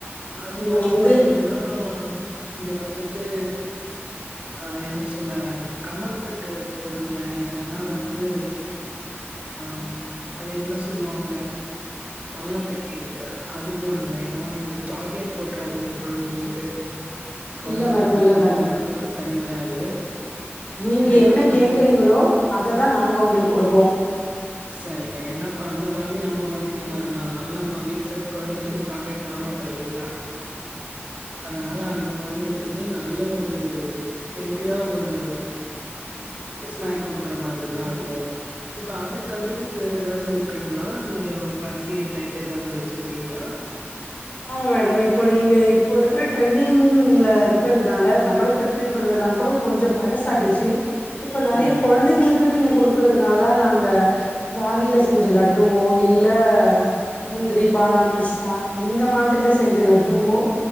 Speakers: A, on the right; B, on the left.
A: அது
B: நீங்க
A: மாதிரி
B: வந்து
A: பாத்தீங்கன்னா இங்க வந்துட்டு ஆ என்னே சொல்ல கமர்கட்டு போடுங்க இல்லனா வந்து ஆ அது என்ன சொல்லுவாங்க மல்லாட்ட கேக்கு அது போடுங்க ஏனா நீங்க சாக்லேட் போட்றாதீங்க கொழந்தைங்களுக்கு கொழந்தைங்களுக்கு
B: இல்ல மேடம்
A: வந்து
B: இல்ல
A: அது
B: மேடம்
A: ஒடம்புக்கு சரி வராது
B: நீங்க
A: ஏன்னா
B: என்ன
A: அந்த
B: கேக்குறீங்களோ
A: கொ
B: அததா நாங்க உங்களுக் குடுப்போ
A: சரிங்க ஏனா இப்ப அந்த கொழந்த நம்ம கொழந்தைங்க மாரிதா அத்னால் நம்ம வீட்ல கொழந்தைங்ளுக்கு சாக்லேட் தரமாட்டோ இல்லைங்களா அதனால அந்த கொழந்தைகளுக்குமே நல்ல ஒரு ஹெல்தியா ஒரு ஸ்நாக் குடுக்குற மாதிரிதா அதுவு இப்ப அது தவிர்த்து வேற எதாவ்து இருக்குங்ளா நீங்க பஃர்பி ஐட்ட இ துஎதாவ்து வச்சிருக்கீங்ளா
B: ஆமா மேடம் இப்போ நீங்கே இப்போ இருக்கிற ட்ரெண்டிங்ல இருக்கிறதுனால கமர்க்கட் டுன்றதெல்லா கூடோ கொஞ்சோ பழசாய்டுச்சி இப்ப நெறைய
A: சரிங்க.
B: கொழந்தைங்களுக் கு நீங்க குடுக்குறதுனால நாங்க ராகில செஞ்ச லட்டுவோ இல்ல முந்திரி பாதாம் பிஸ்தா இந்த மாதிரிலே செஞ்ச லட்டுவோ